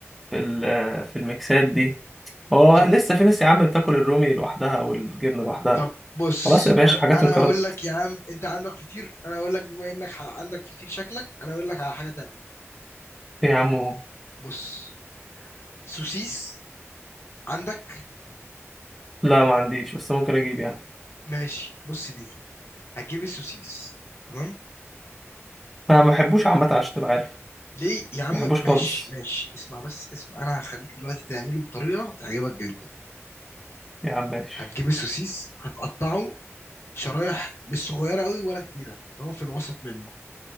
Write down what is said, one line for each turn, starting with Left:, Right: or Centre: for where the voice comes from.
Centre: في ال- آه، في الميكسات دي هو
Left: طب
Centre: لسه في ناس يا عم بتاكل الرومي لوحدها او الجبنة لوحدها
Left: طب بص
Centre: خلاص يا باشا
Left: أ-
Centre: حاجات
Left: انا
Centre: انقرضت
Left: هقول لك يا عم انت عندك فطير انا هقول لك بما انك ح- عندك فطير شكلك انا هقول لك على حاجة تانية
Centre: إيه يا عم
Left: بص سوسيس عندك
Centre: لا ما عنديش بس ممكن اجيب يعني
Left: ماشي بص دي هتجيب السوسيس تمام
Centre: ما ما بحبوش عامة عشان تبقى عارف
Left: ليه يا عم
Centre: ما بحبوش
Left: ماشي
Centre: خالص
Left: ماشي اسمع بس اسمع انا هخليك دلوقتي تعمله بطريقة تعجبك جدا
Centre: يا عم ماشي
Left: هتجيب السوسيس هتقطعه شرايح مش صغيره قوي ولا كبيره اللي هو في الوسط منه